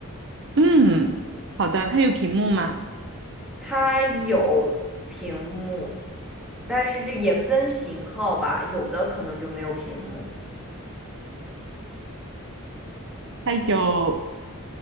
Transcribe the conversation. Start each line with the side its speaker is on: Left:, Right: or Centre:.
Right: 嗯，好的，它有屏幕吗？
Centre: 它有屏幕，但是这也分型号吧，有的可能就没有屏幕。
Right: 它有，